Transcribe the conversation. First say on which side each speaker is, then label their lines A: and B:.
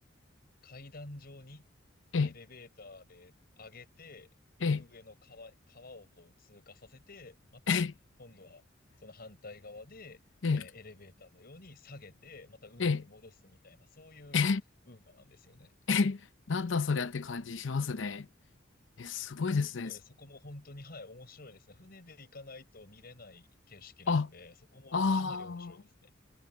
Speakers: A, on the left; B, on the left.
A: 階段状に
B: え、
A: エレベーターで上げて、
B: え、
A: で、上の川、川をこう通過させて、また、
B: え、え、
A: 今度は、その反対側で、
B: え、
A: えーエレベーターのように下げて、また海に戻すみたいな、
B: え、
A: そういう運河なんですよね。
B: え、えなんだそりゃって感じしますね。え、すごいですね。
A: すごい、そこも本当に、はい、面白いですね。船で行かないと見れない景色なので、
B: あ、
A: そこもかなり面白いですね。
B: あー、